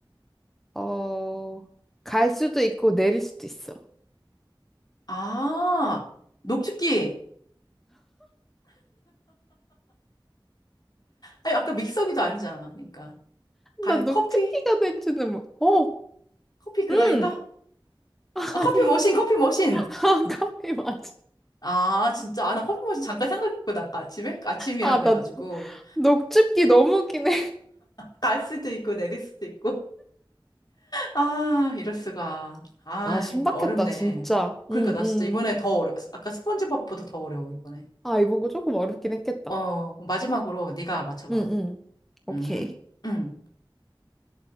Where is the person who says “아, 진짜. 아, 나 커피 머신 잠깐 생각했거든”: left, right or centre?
Left